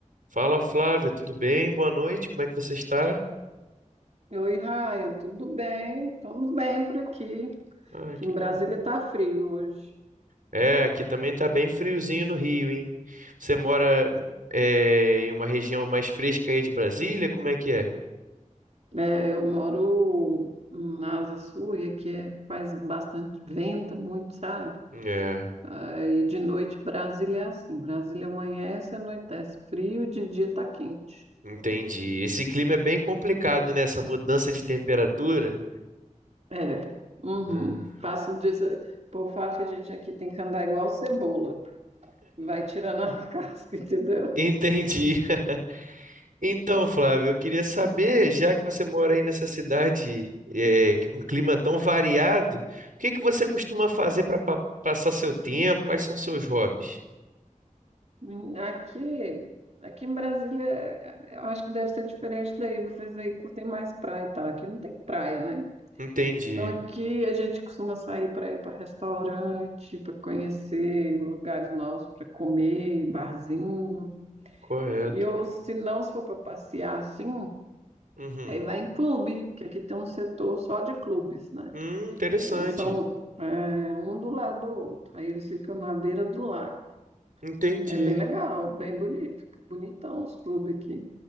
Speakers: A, on the right; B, on the right.
A: Fala, Flávia, tudo bem? Boa noite, como é que você está?
B: Oi, Raia, tudo bem? Estamos bem por aqui.
A: Ah,
B: Aqui
A: que
B: em
A: bom.
B: Brasília está frio hoje.
A: É, aqui também tá bem friozinho no Rio, hein? Você mora é, em uma região mais fresca aí de Brasília? Como é que é?
B: É, eu moro na Asa Sul e aqui é- faz bastante vento, muito, sabe?
A: É,
B: Aí de noite Brasília é assim, Brasília amanhece, anoitece frio e de dia tá quente.
A: entendi. Esse clima é bem complicado, né? Essa mudança de temperatura.
B: É, uhum.
A: Ah,
B: Faço disso, o povo fala que a gente aqui tem que andar igual cebola, vai tirando a <laughs> casca, entendeu?
A: entendi. <laughs> Então, Flávio, eu queria saber, já que você mora aí nessa cidade é, que com um clima tão variado, o que que você costuma fazer para passar seu tempo? Quais são seus hobbies?
B: Hum, Aqui, aqui em Brasília, eu acho que deve ser diferente daí. Vocês aí curtem mais praia e tal. Aqui não tem praia, né?
A: Entendi.
B: Então aqui a gente costuma sair para ir para restaurante, para conhecer lugares novos para comer, barzinho.
A: Correto.
B: E ou se não, se for para passear assim,
A: Uhum.
B: aí vai em clube, que aqui tem um setor só de clubes, né?
A: Hum, interessante.
B: Aí são é, um do lado do outro. Aí eles ficam na beira do lago.
A: Entendi.
B: É bem legal, bem bonito, bonitão os clubes aqui.